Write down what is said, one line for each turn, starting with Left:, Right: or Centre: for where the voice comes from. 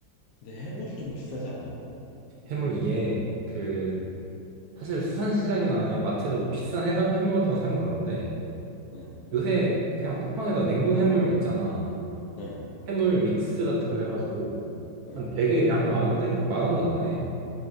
Left: 근데 해물이 좀 비싸지 않아?
Right: 해물 이게 그,
Left: 응,
Right: 사실 수산시장이나 아니면 마트에서 뭐 비싼 해사, 해물 같은 거 사면 그런데
Left: 응,
Right: 요새 그냥 쿠팡에서 냉동 해물 있잖아.
Left: 응,
Right: 해물 믹스 같은 거 해가지고
Left: 응.
Right: 한 되게 양 많은데? 만 원도 안 해.